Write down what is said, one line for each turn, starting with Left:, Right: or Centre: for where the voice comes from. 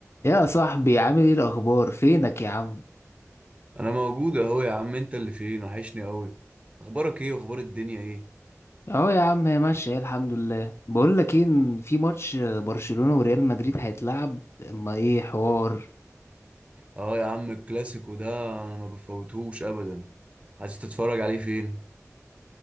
Left: يا صاحبي عامل ايه الاخبار فينك يا عم
Right: انا موجود اهو يا عم انت اللي فين وحشني قوي اخبارك ايه واخبار الدنيا ايه
Left: اهو يا عم هي ماشيه إيه الحمد لله بقول لك ايه إن في ماتش برشلونه وريال مدريد هيتلعب اما ايه حوار
Right: اه يا عم الكلاسيكو ده انا ما بفوتهوش ابدا عايز تتفرج عليه فين